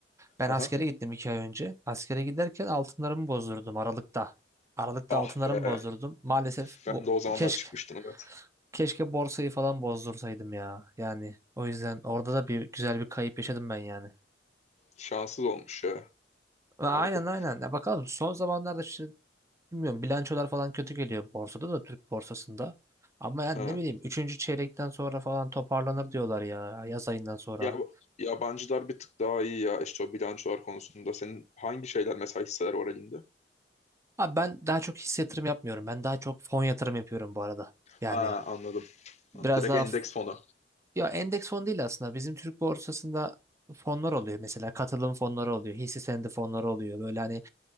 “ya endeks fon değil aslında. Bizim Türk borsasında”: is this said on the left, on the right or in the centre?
Right